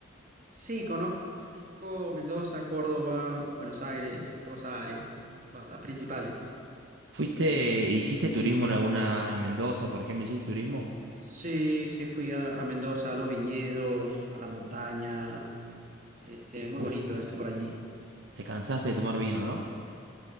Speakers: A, on the right (about 40°); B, on the right (about 65°).
A: Sí, conozco, conozco Mendoza, Córdoba, Buenos Aires, Rosario, la- las principales.
B: ¿Fuiste, hiciste turismo en alguna, en Mendoza, por ejemplo, hiciste turismo?
A: Sí, sí, fui a, a Mendoza, a los viñedos, a la montaña. Este, es muy
B: Uf,
A: bonito esto por allí.
B: te cansaste de tomar vino, ¿no?